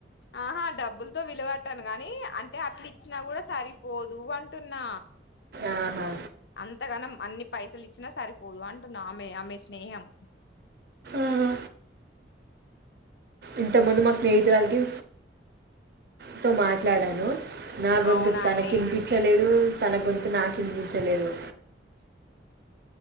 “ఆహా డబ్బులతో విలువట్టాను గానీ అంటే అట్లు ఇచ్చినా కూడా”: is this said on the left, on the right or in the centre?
Left